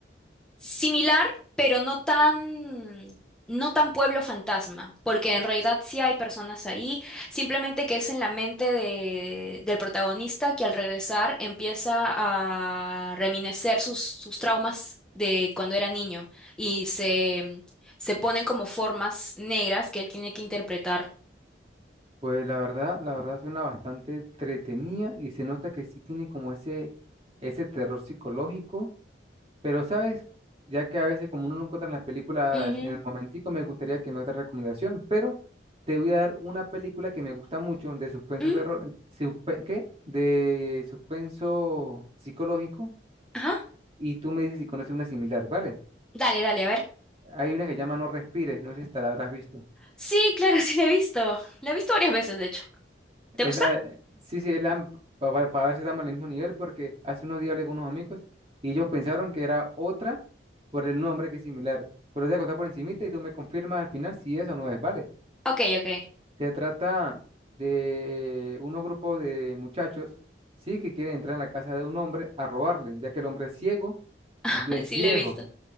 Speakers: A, in the centre; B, on the right.
A: Similar, pero no tan, no tan pueblo fantasma, porque en realidad sí hay personas ahí, simplemente que es en la mente de- del protagonista que al regresar empieza a reminecer sus, sus traumas de cuando era niño y se, se ponen como formas negras que él tiene que interpretar.
B: Pues la verdad, la verdad suena bastante entretenida y se nota que sí tiene como ese, ese terror psicológico Pero, ¿sabes? Ya que a veces como uno no encuentra las películas
A: Ujú,
B: en el momentico, me gustaría que me otra recomendación, pero te voy a dar una película que me gusta mucho de suspenso
A: ujú,
B: terror, suspe- ¿qué? De suspenso psicológico
A: Ajá.
B: y tú me dices si conoces una similar, ¿vale?
A: Dale, dale, a ver.
B: Hay una que llama No respires, no sé si te la habrás visto.
A: Sí, claro, <laughs> sí la he visto. La he visto varias veces, de hecho. ¿Te
B: Es
A: gusta?
B: la, de- sí, sí, es la, para, para ver si estamos en el mismo nivel, porque hace unos días hablé con unos amigos y ellos pensaron que era otra por el nombre que es similar. Pero te voy a contar por encimita y tú me confirmas al final si eso no es, ¿vale?
A: Ok, ok.
B: Se trata de unos grupos de muchachos, sí, que quieren entrar en la casa de un hombre a robarle, ya que el hombre es ciego
A: <laughs>
B: y es
A: Sí
B: viejo.
A: la he visto.